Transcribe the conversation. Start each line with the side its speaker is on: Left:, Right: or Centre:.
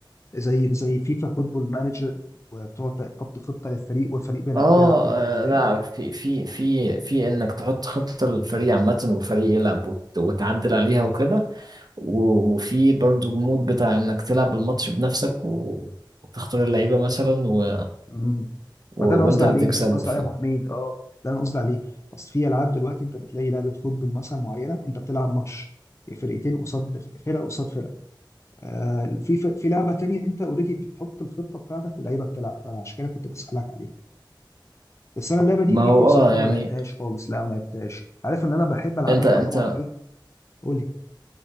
Left: زي زي فيفا فوتبول مانجر وتقعد تحط خطه للفريق والفريق بيلعب
Right: آه
Left: بيلعب بيها وكده فاهم؟
Right: آه، لا في في في في إنك تحط خطة للفريق عامة والفريق يلعب وت- وتعدل عليها وكده و- وفي برضو المود بتاع إنك تلعب الماتش بنفسك و... وتختار اللعيبة مثلا و...
Left: مم.
Right: وانت
Left: ما ده انا قصدي
Right: اللي
Left: عليه
Right: تكسبه
Left: انا قصدي
Right: ف...
Left: عليه يا ابو حميد اه ده انا قصدي عليه بس في العاب دلوقتي انت بتلاقي لعبه فوتبول مثلا معينه انت بتلعب ماتش فرقتين قصاد فرقه قصاد فرقه آه في في لعبه تانية انت اوريدي بتحط الخطه بتاعتك واللعيبه بتلعب فعشان كده كنت بسالك عليها بس انا اللعبه دي
Right: ما
Left: دي
Right: هو
Left: دي بصراحه
Right: اه يعني
Left: ما لعبتهاش خالص لا ما لعبتهاش عارف ان انا بحب العبها
Right: انت
Left: بقى
Right: انت
Left: طبعا ايه قول لي